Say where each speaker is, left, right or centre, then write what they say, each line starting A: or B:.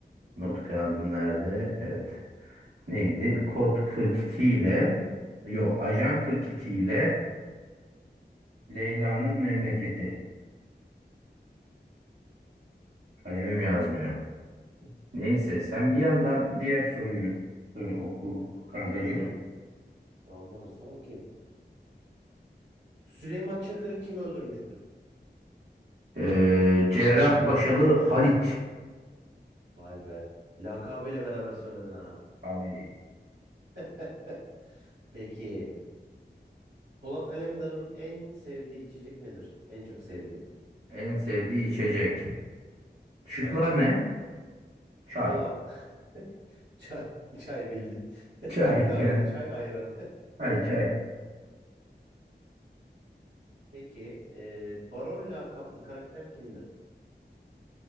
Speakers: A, on the right; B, on the right.
A: Not kağıdım nerede? Evet. Neydi? Kod 42 ile Yo, Ajan 42 ile Leyla'nın memleketi. Kalemim yazmıyor. Neyse sen bir yandan diğer soruyu e, oku kankacığım.
B: Okuyorum. Tamam hazırsan okuyayım. Süleyman Çakır'ı kim öldürmüştür?
A: Ee, Cerrahpaşalı Halit.
B: Vay be. Lakabıyla beraber söyledin ha.
A: Abi
B: <laughs> Peki. Polat Alemdar'ın en sevdiği içecek nedir? En çok sevdiği.
A: en sevdiği içecek. Şıklar
B: Evet.
A: ne? Çay.
B: Kola. <laughs> Çay, <laughs> çay bildin. <laughs>
A: Çay
B: Türk kahvesi
A: yani.
B: çay ayran.
A: Çay çay.
B: <laughs> Peki e, Baron lakaplı karakter kimdir?